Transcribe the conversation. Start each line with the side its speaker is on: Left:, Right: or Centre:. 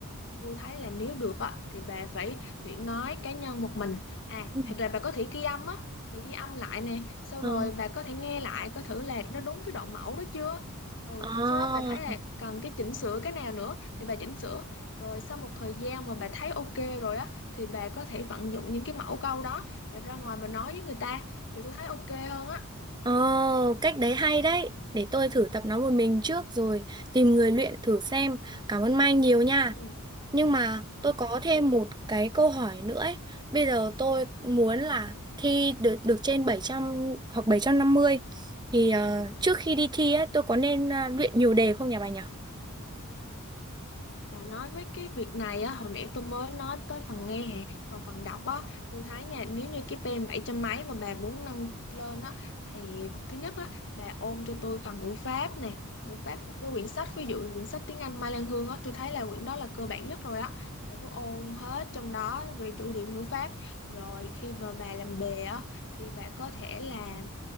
Left: tôi thấy là nếu được á thì bà phải luyện nói cá nhân một mình à
Right: Ừ.
Left: hoặc là bà có thể ghi âm á bà ghi âm lại nè sau
Right: Ờ.
Left: rồi bà có thể nghe lại coi thử là nó đúng cái đoạn mẫu đó chưa ừ
Right: Ờ,
Left: sau đó bà thấy là cần cái chỉnh sửa cái nào nữa thì bà chỉnh sửa rồi sau một thời gian mà bà thấy ok rồi á thì bà có thể vận dụng những cái mẫu câu đó bà ra ngoài bà nói với người ta thì tôi thấy ok hơn á
Right: ờ, cách đấy hay đấy. Để tôi thử tập nói một mình trước rồi tìm người luyện thử xem. Cảm ơn Mai nhiều nha.
Left: ừ
Right: Nhưng mà tôi
Left: ok
Right: có thêm một cái
Left: Ừ.
Right: câu hỏi nữa ấy. Bây giờ tôi muốn là thi được được trên 700 hoặc 750 thì ờ, trước khi đi thi ấy tôi có nên ờ, luyện nhiều đề không nhỉ bà nhỉ?
Left: Và nói với cái việc này á, hồi nãy tôi mới nói tới phần nghe hè, còn phần đọc á, tôi thấy nha, nếu như cái pê em 700 mấy mà bà muốn nâng lên á, thì thứ nhất á, bà ôm cho tôi phần ngữ pháp nè, ngữ pháp một cái quyển sách, ví dụ quyển sách tiếng Anh Mai Lan Hương á, tôi thấy là quyển đó là cơ bản nhất rồi á, bà cứ ôm hết trong đó về chủ điểm ngữ pháp, rồi khi mà bà làm đề á, thì bà có thể là